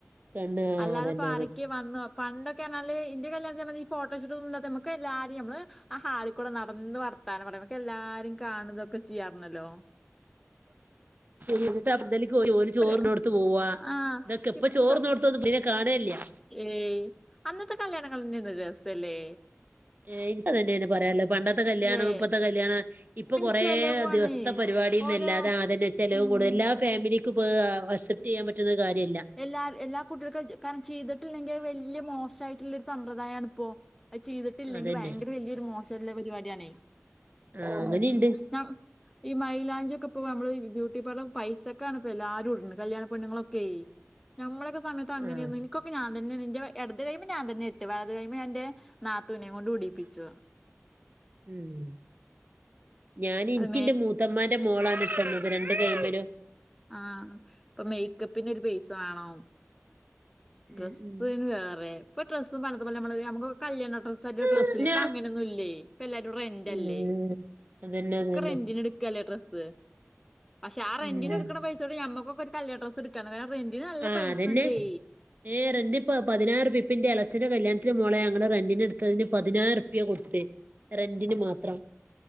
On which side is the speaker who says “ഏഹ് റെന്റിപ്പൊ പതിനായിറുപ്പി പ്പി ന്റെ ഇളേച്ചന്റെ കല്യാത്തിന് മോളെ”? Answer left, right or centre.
Right